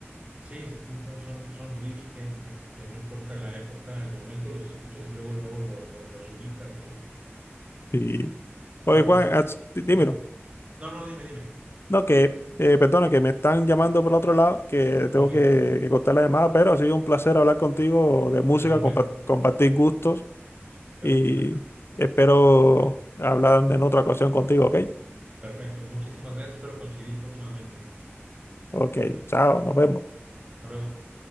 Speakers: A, on the right; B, on the left.
A: Sí, sí, sí, Son, son, son riffs que, que este, no importa la época, el momento, los escuchas y luego, luego lo- lo- los ubicas, ¿no?
B: Y, oye,
A: Y,
B: Juan,
A: y
B: haz- dímelo.
A: dime. No, no, dime, dime.
B: No, que, eh, perdona, que me están llamando por otro lado, que tengo
A: Ok.
B: que, que cortar la llamada, pero ha sido un placer hablar contigo de música,
A: Igualmente,
B: compa- compartir gustos
A: perfecto
B: y
A: exactamente.
B: espero hablar en otra ocasión contigo, ¿ok?
A: Perfecto, muchísimas gracias. Espero coincidir próximamente.
B: Ok, chao, nos vemos.
A: Hasta luego.